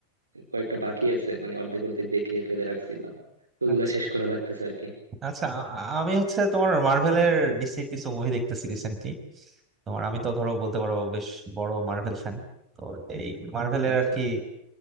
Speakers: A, on the right; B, on the right.
A: কয়েকটা বাকি আছে মানে অর্ধেক অর্ধেক দেখে ফেলে রাখছিলাম তো ওগুলা
B: আচ্ছা
A: শেষ করা লাগতেছে আর কি
B: আচ্ছা আ- আমি হচ্ছে তোমার মার্ভেলের ডিসির কিছু মুভি দেখতেছি রিসেন্টলি তোমার আমি তো ধরো বলতে পারো বেশ বড় মার্ভেল ফ্যান তো এই মার্ভেলের
A: আচ্ছা
B: আর কি
A: আচ্ছা